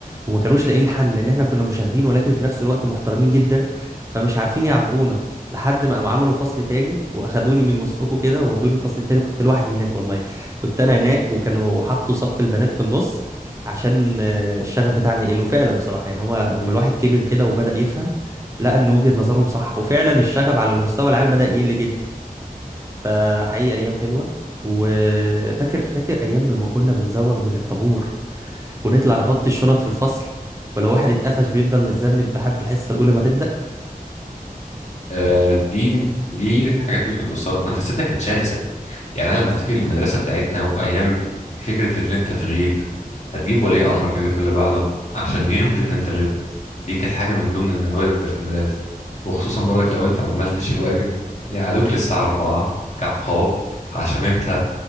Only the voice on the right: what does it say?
وما كانوش لاقيين الحل لان احنا كنا مشاغبين ولكن في نفس الوقت محترمين جدا فمش عارفين يعاقبونا لحد ما قام عملوا فصل تاني واخدوني من وسطكم كده وودوني الفصل التاني كنت لوحدي هناك والله كنت انا هناك وكانوا حطوا صف البنات في النص عشان آه، الشغف بتاعنا يقل وفعلا بصراحه يعني هما لما الواحد كبر كده وبدا يفهم لقى ان وجهه نظرهم صح وفعلا الشغب على المستوى العام بدا يقل جدا فحقيقي ايام حلوه وفاكر فاكر ايام لما كنا بنزوغ من الطابور ونطلع نحط الشنط في الفصل ولو واحد اتقفش بيفضل متذنب لحد الحصه الاولى ما تبدا